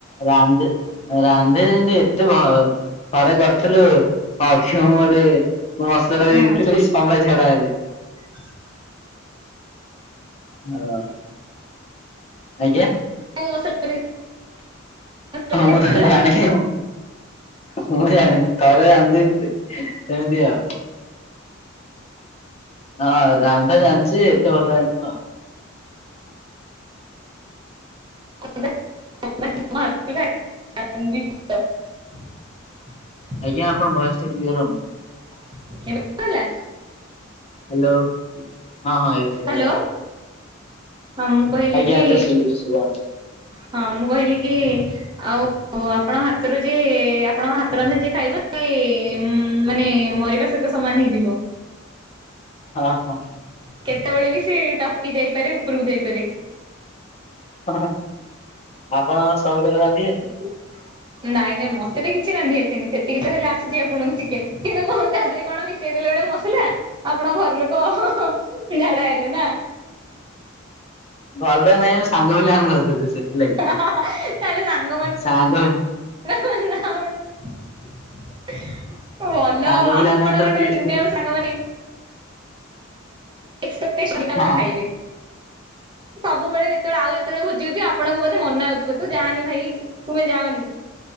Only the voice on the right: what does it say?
ହଁ
<inaudible>
<unintelligible>
ଦେଇଥିଲ
<unintelligible>
<unintelligible> ହେଲା।
ହ୍ୟାଲୋ ହଁ ମୁଁ କହିଲି
କି
ହଁ ମୁଁ କହିଲି କି ଆଉ ଓହୋ ଆପଣଙ୍କ ହାତରୁ ଯିଏ ଆପଣଙ୍କ ହାତରନ୍ଧା ଯିଏ ଖାଇବ ସେ ମାନେ ମରିବା ସେହିତ ସମାନ ହେଇଯିବ।
କେତେବେଳେ ବି ସେ ଟପକି ଯାଇପାରେ ଉପରକୁ ଯାଇପାରେ।
<inaudible> ନାଇଁ ନାଇଁ ମତେ ତ କିଛି ରାନ୍ଧି ଆସେନି ସେତିକି ତ ହେଲେ ଆସୁଛି ଆପଣଙ୍କୁ ଚିକେନ, କିନ୍ତୁ <unintelligible> ତା ଦେହରେ କଣ ମିଶ ଶେଇ ଦେଲେ ଗୋଟେ ମସଲା, ଆପଣଙ୍କ ଘର ଲୋକ ଝାଡା ହେଲେ ନା।
ତାହେଲେ ସାଙ୍ଗମାନେ
ସାଙ୍ଗମାନେ। ଭଲ
ଆଉ
ଆପଣ
ଗୋଟେ
ଦିନେ
ସାଙ୍ଗମାନେ ଏକ୍ସପେକ୍ଟଟେସନ <unintelligible>
ଖାଇବେ। ସବୁବେଳେ ଯେତେବେଳେ ଆଉ ଯେତେବେଳେ ଭୋ ଜି ହେଉଥିବ ଆପଣଙ୍କୁ ବୋଧେ ମନା ହଉଥିବ ତୁ ଯାଆନି ଭାଇ, ତୁମେ ଯାଅନି।